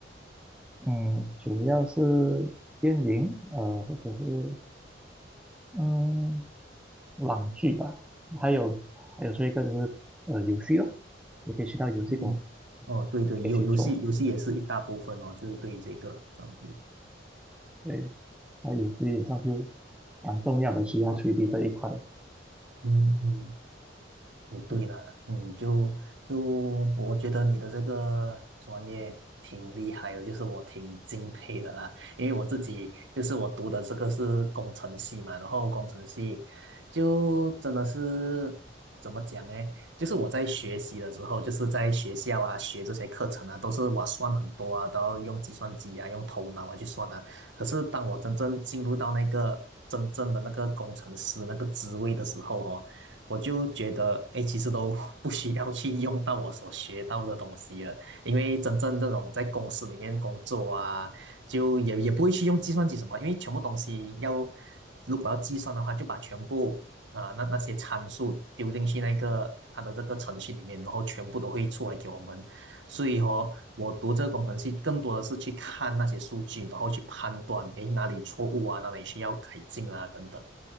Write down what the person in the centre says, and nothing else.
嗯，主要是电影，呃，或者是嗯网剧吧，还有还有这一个就是呃游戏咯，你可以去到游戏馆。
可以去做。
对，它也是也算是蛮重要的，需要推理这一块。
对，